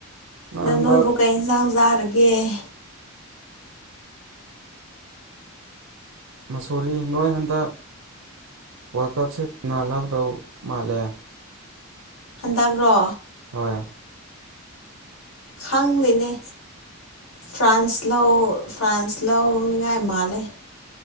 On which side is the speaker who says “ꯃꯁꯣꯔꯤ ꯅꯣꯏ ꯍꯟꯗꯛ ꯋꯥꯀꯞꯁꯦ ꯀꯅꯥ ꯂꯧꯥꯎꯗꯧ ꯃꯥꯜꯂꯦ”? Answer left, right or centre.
Right